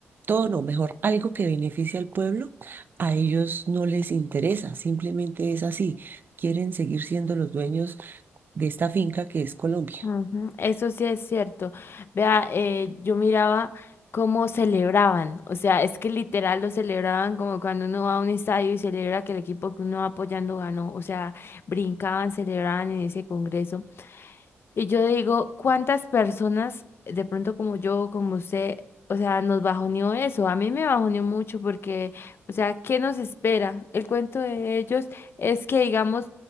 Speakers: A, on the right; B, on the left.
A: todo no, mejor, algo que beneficie al pueblo, a ellos no les interesa, simplemente es así. Quieren seguir siendo los dueños de esta finca que es Colombia.
B: Ujú, Eso sí es cierto. Vea, eh, yo miraba cómo celebraban. O sea, es que literal lo celebraban como cuando uno va a un estadio y celebra que el equipo que uno va apoyando ganó. O sea, brincaban, celebraban en ese congreso. Y yo digo, ¿cuántas personas de pronto como yo, como usted, o sea, nos bajoneó eso? A mí me bajoneó mucho porque, o sea, ¿qué nos espera? El cuento de ellos es que digamos,